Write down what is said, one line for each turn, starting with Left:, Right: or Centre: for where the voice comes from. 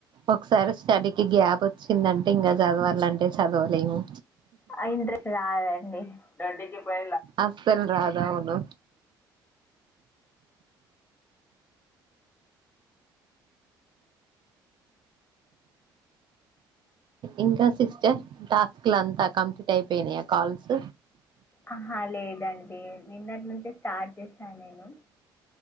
Right: ఒకసారి స్టడీకిి గ్యాప్ వచ్చిందంటే ఇంకా చదవాలంటే చదవలేము
Left: ఆ ఇంట్రెస్ట్ రాదండి డే క పై
Right: అస్సల్ రాదు అవును ఇంకా సిక్స్టర్ టాస్క్ ల అంతా కంప్లీట్ అయిపోయినాయా కాల్స్
Left: అహా! లేదండి. నిన్నటి నుంచే స్టార్ట్ చేశాను నేను